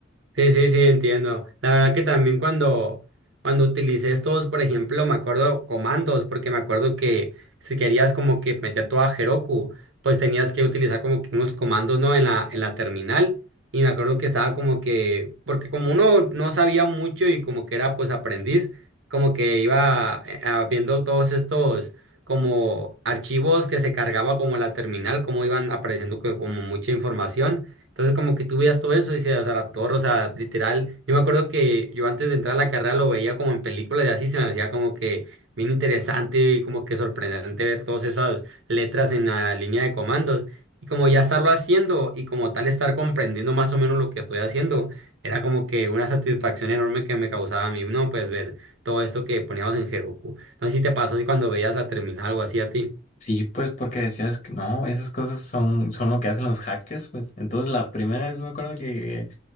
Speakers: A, on the right (about 80°); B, on the left (about 40°).
A: Sí, sí, sí, entiendo. La verdad que también cuando, cuando utilicé estos, por ejemplo, me acuerdo comandos, porque me acuerdo que si querías como que meter todo a Heroku, pues tenías que utilizar como que unos comandos, ¿no? En la, en la terminal. Y me acuerdo que estaba como que, porque como uno no sabía mucho y como que era pues aprendiz, como que iba eh, ah, viendo todos estos como archivos que se cargaba como la terminal, como iban apareciendo como como mucha información. Entonces como que tú veías todo eso y decías, a la torre, o sea, literal. Yo me acuerdo que yo antes de entrar a la carrera lo veía como en películas y así se me hacía como que bien interesante y como que sorprendente ver todas esas letras en la línea de comandos. Y como ya estarlo haciendo y como tal estar comprendiendo más o menos lo que estoy haciendo, era como que una satisfacción enorme que me causaba a mí, ¿no? Pues ver todo esto que poníamos en Heroku. No sé si te pasó así cuando veías la terminal o así a ti.
B: Sí, pues porque decías que no, esas cosas son, son lo que hacen los hackers, pues. Entonces la primera vez me acuerdo que,